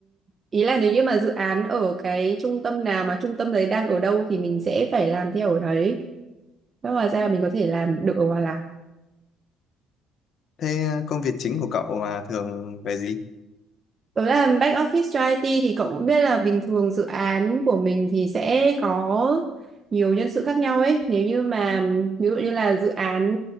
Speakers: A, on the right (about 25°); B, on the left (about 50°).
A: ý là nếu như mà dự án ở cái trung tâm nào mà trung tâm đấy đang ở đâu thì mình sẽ phải làm theo ở đấy. Thế Hóa ra là mình có thể làm được ở Hòa Lạc.
B: Thế ờ, công việc chính của cậu là thường về gì?
A: Tôi làm back office cho IT thì cậu cũng biết là bình thường dự án của mình thì sẽ có nhiều nhân sự khác nhau ấy. Nếu như mà ví dụ như là dự án